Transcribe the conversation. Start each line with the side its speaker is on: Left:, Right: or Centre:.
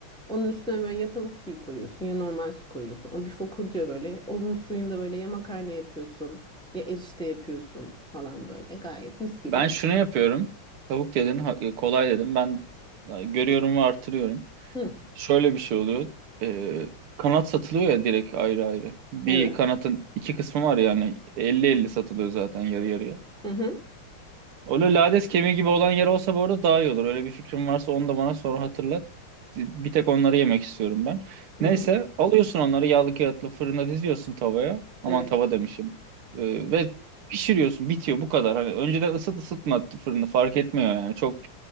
Centre: onun üstüne böyle ya tavuk suyu koyuyorsun ya normal su koyuyorsun. O bir fokur diyor böyle. Onun suyunda böyle ya makarna yapıyorsun ya erişte yapıyorsun falan böyle. Gayet mis gibi.
Right: Ben şunu yapıyorum. Tavuk dedin, ha- e, kolay dedim. Ben e, görüyorum ve artırıyorum.
Centre: Hı,
Right: Şöyle bir şey oluyor. E, kanat satılıyor ya direkt ayrı ayrı. Bir
Centre: evet.
Right: kanatın iki kısmı var yani elli elli satılıyor zaten yarı yarıya.
Centre: Hı hı.
Right: Öyle lades kemiği gibi olan yer olsa bu arada daha iyi olur. Öyle bir fikrim varsa onu da bana sonra hatırlat. Bir tek onları yemek istiyorum ben.
Centre: Hı
Right: Neyse
Centre: hı.
Right: alıyorsun onları yağlı kağıtlı fırına diziyorsun tavaya. Aman
Centre: Evet.
Right: tava demişim. Ee, ve pişiriyorsun bitiyor bu kadar. Hani önceden ısıt ısıtma fırını fark etmiyor yani. Çok